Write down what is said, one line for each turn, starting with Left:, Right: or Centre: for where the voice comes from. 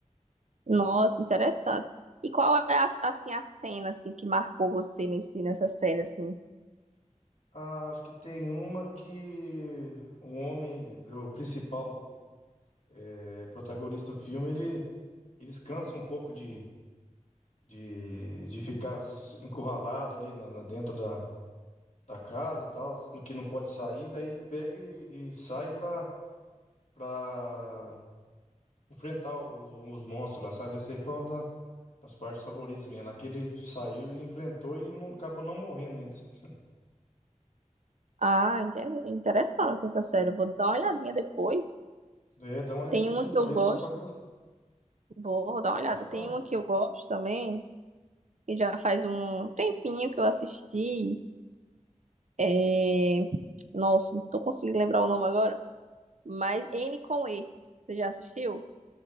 Right: Nossa, interessante. E qual é a, assim a cena assim que marcou você nesse nessa série assim?
Left: Ah, acho que tem uma que um homem, o principal, é, protagonista do filme, ele, eles cansam um pouco de. de, de ficar s- encurralado ali na, na- dentro da, da casa, tal, no que não pode sair, daí ele pega e, e sai pra para enfrentar os, os monstros lá, sabe? Essa aí foi uma da- das partes favoritas minha, lá que ele saiu e enfrentou e não, acabou não morrendo ainda. <laughs>
Right: Ah, entendi. Interessante essa série. Vou dar uma olhadinha depois.
Left: É, dá uma olhadinha
Right: Tem uma
Left: sim, que
Right: que
Left: talvez
Right: eu gosto.
Left: você pode gostar.
Right: Vou dar uma olhada.
Left: Pode falar.
Right: Tem uma que eu gosto também, que já faz um tempinho que eu assisti. É... Nossa, não tô conseguindo lembrar o nome agora, mas N com E. Você já assistiu?